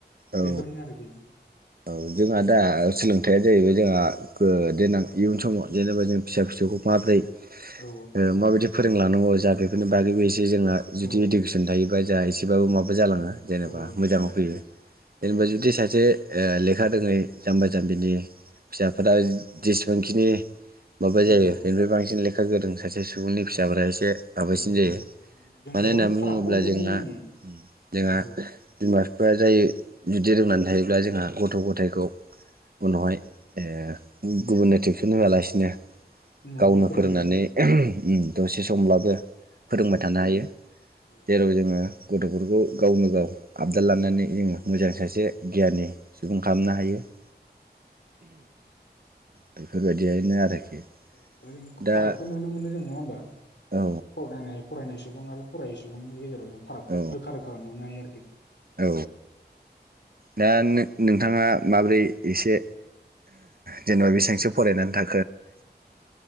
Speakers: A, on the right; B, on the left.
A: औ
B: बेफोरनो आरोखि।
A: औ जोंहा दा सोलोंथायआ जाहैबाय जोंहा ओ देनां इयुन समाव जेनेबा जों फिसा फिसौखौ माबोरै
B: औ
A: ओ माबायदि फोरोंलांनांगौ जा बेफोरनि बागैबो इसे जोंहा जुदि
B: औ
A: इडुकेसन थायोबा जा एसेबाबो माबा जालाङो जेनेबा
B: औ
A: मोजाङाव फैयो जेनेबा जुदि सासे ए लेखा रोङै जाम्बा जाम्बिनि फिसाफोरा जेसेबांखिनि माबा
B: औ
A: जायो
B: औ
A: बेनिफ्राय बांसिन ले लेखा गोरों सा सुबुंनि फिसाफोरा एसे से माबासिन
B: औ
A: जायो
B: जों
A: मानो
B: गोबां
A: होनना
B: फारागखौ
A: बुङोब्ला
B: नुहुरनो
A: जोंहा
B: मोनो
A: जोंहा
B: औ
A: बिमा <unintelligible> जायो जुदि रोंनानै थायो । ब्ला जोंहा गथ'
B: औ
A: गथायखौ
B: औ
A: उनावहाय
B: औ
A: ए गुबुननो टिउसन होआलासिनो
B: न'आवनो
A: गावनो
B: फोरोंनो
A: फोरोंनानै
B: हायो
A: दसे समब्लाबो फोरोंबाय
B: औ
A: थानो हायो।
B: औ
A: जेराव जोङो गथ'फोरखौ गावनो गाव आबदार लानानै जोङो मोजां सासे गियानि सुबुं खालामनो हायो। <inaudible>
B: औ
A: बेफोरबायदियैनो आरोखि
B: औ दा
A: दा
B: फारागखौ नुनो मोनो जों नङा होमबा
A: औ
B: फरायनाय फरायनाय सुबुं आरो फरायै सुबुंनि गेजेराव जों फारागखौ
A: औ
B: रोखा रोखा नुनो हायो आरो <unintelligible>
A: औ दा नो-नोंथाङा माब्रै एसे जेनेबा बेसेबांसो फरायनानै था
B: औ